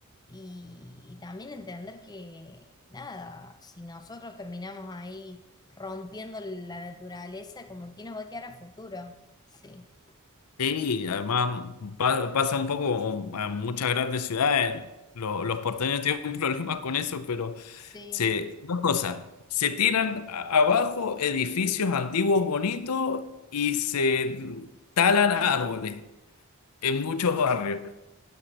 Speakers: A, on the left; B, on the left.
A: y, y también entender que, nada, si nosotros terminamos ahí rompiendo la naturaleza, como que nos va a quedar a futuro. Sí,
B: Sí, además pa- pasa un poco a muchas grandes ciudades. Lo- Los, porteños tienen <laughs> problemas con eso, pero
A: sí,
B: se, dos cosas. Se tiran a- abajo edificios antiguos bonitos y se talan árboles en muchos barrios.